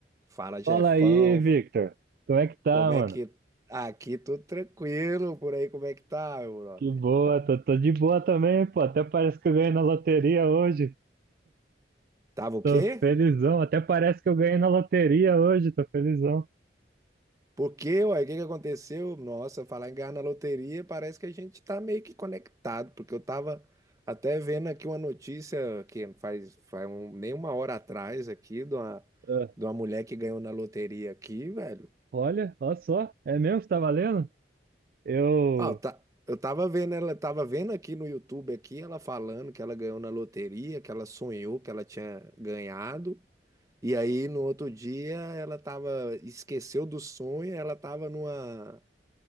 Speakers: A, on the right; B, on the right.
A: Fala, Jefão,
B: Fala aí, Victor. Como é que tá,
A: como
B: mano?
A: é que. Aqui tudo tranquilo, por aí como é que tá, meu brother?
B: Que boa, tô, tô de boa também, pô. Até parece que eu ganhei na loteria hoje.
A: Tava o quê?
B: Tô felizão. Até parece que eu ganhei na loteria hoje, tô felizão.
A: Por quê, uai? O que que aconteceu? Nossa, falar em ganhar na loteria, parece que a gente tá meio que conectado, porque eu tava até vendo aqui uma notícia que faz, faz um- nem uma hora atrás aqui de uma,
B: Ah,
A: de uma mulher que ganhou na loteria aqui, velho.
B: olha, olha só. É mesmo que tá valendo? Eu.
A: ah tá, eu tava vendo, ela tava vendo aqui no YouTube aqui, ela falando que ela ganhou na loteria, que ela sonhou que ela tinha ganhado. E aí, no outro dia, ela tava, esqueceu do sonho, ela tava numa,